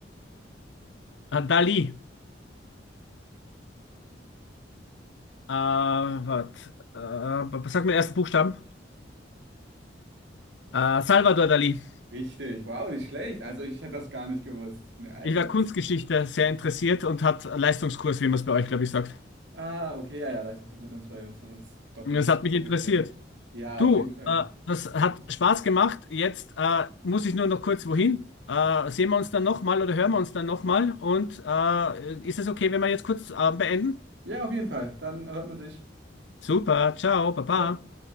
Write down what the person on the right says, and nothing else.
Richtig, wow, nicht schlecht. Also ich hätte das gar nicht gewusst. Ne, Alter.
Das...
Ah, okay, ja, ja, Leistungskurs mit uns bei uns, wenn man es doppelt
gewichtet.
Ja,
auf jeden Fall.
Ja, auf jeden Fall. Dann hört man sich.
Ciao.